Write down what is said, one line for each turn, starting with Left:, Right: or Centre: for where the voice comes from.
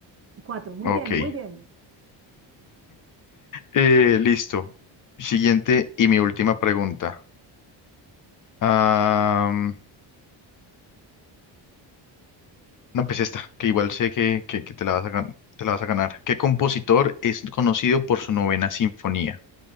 Right: Cuatro, muy
Left: Ok.
Right: bien, muy bien.
Left: Eh, listo. Siguiente y mi última pregunta. Am, no, pues esta, que igual sé que, que- que te la vas a, gan- te la vas a ganar. ¿Qué compositor es conocido por su novena sinfonía?